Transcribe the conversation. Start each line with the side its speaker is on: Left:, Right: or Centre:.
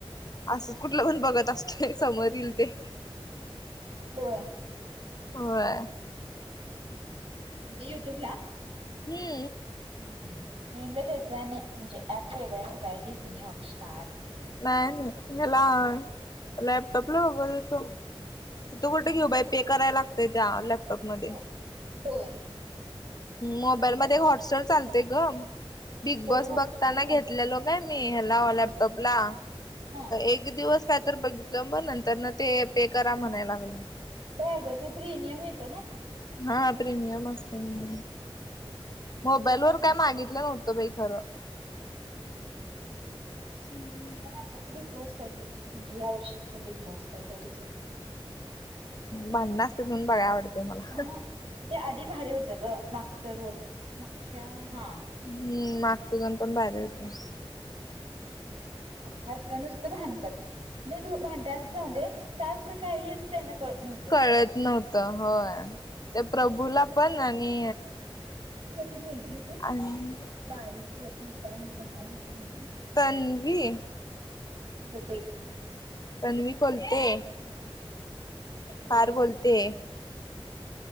Left: असंच कुठलं पण बघत असतोय समोर येईल ते
Right: होय
Left: होय
Right: ह हा म्हणजे युट्युब ला
Left: हा
Right: हम हम मी म्हणलं त्याच आणि म्हणजे ऍप वेगळं हाय डिस्नी हॉटस्टार
Left: नाही नाही
Right: असं
Left: हला लॅपटॉपला बघत होतो
Right: लॅपटॉप
Left: तिथे कुठे घेऊ
Right: भारीच
Left: बाई पे कराय लागतय त्या लॅपटॉपमध्ये
Right: हो होय
Left: मोबाईल
Right: बरं
Left: मध्ये हॉटस्टार चालते ग बिग
Right: होय
Left: बॉस
Right: हॉटस्टार
Left: बघताना
Right: चालतय
Left: घेतल्या लो नाय मी ह्याला लॅपटॉपला
Right: हा
Left: एक दिवस काय तर बघितलं मग नंतर ना ते पे करा म्हणायला लागलं
Right: होय अगं ते प्रिमियम येत ना
Left: हा प्रीमियम असतेय
Right: हम्म
Left: मोबाईल वर काय मागितलं नव्हतं बाई खरं.
Right: हा
Left: हम्म.
Right: पण आताच बिग बॉस काय म्हणजे या वर्षीचा बिग बॉस काय तरीच होत.
Left: भांडण आसतेत म्हणून बघाय आवडते मला
Right: अ म्हणजे आधी भारी होतं ग मागच दोन मागच्या हा.
Left: हम्म मागच दोन पण भारी होत.
Right: आताच नुसतं भांणतात नाही भांडत्यात जाऊन दे जास्त काहीच त्यांना कळत नव्हतं
Left: कळत
Right: नेमकं
Left: नव्हत होय त्या प्रभूला पण आणि
Right: अग ती मुलगी त
Left: आणि
Right: बारीक ती काय बनव.
Left: तनवी
Right: होते.
Left: तणवी बोलते
Right: हा बहुतेक
Left: फार बोलते.